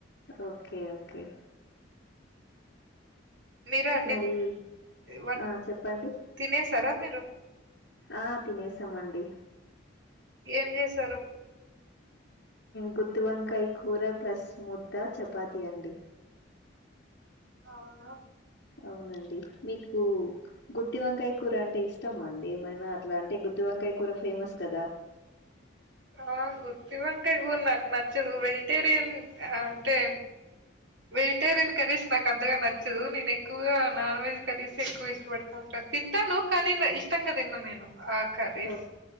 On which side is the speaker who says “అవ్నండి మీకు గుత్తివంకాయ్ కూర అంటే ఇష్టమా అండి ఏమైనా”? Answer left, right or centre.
Left